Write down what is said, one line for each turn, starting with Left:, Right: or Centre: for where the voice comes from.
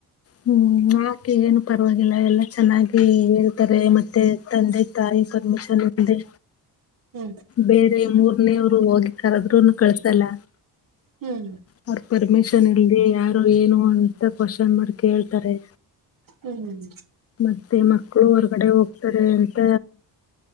Left: ಹ್ಮ್ ನಾಕೆ ಏನು ಪರವಾಗಿಲ್ಲ ಎಲ್ಲಾ ಚೆನ್ನಾಗಿ. ಹೇಳ್ತಾರೆ ಮತ್ತೆ ತಂದೆ ತಾಯಿ ಪರ್ಮಿಷನ್ ಇಲದೆ.
Right: ಹ್ಮ್
Left: ಬೇರೆ ಮೂರ್ನೇವರು ಹೋಗಿ ಕರದ್ರುನು ಕಳ್ಸಲ್ಲ.
Right: ಹ್ಮ್
Left: ಅವರ ಪರ್ಮಿಷನ್ ಇಲದೇ ಯಾರ್. ಏನು ಅಂತ ಕ್ವಶನ್ ಮಾಡಿ ಕೇಳ್ತಾರೆ.
Right: ಹ್ಮ್ ಹ್ಮ್
Left: ಮತ್ತೆ ಮಕ್ಕಳು ಹೊರ್ಗಡೆ ಹೋಗ್ತಾರೆ ಅಂತ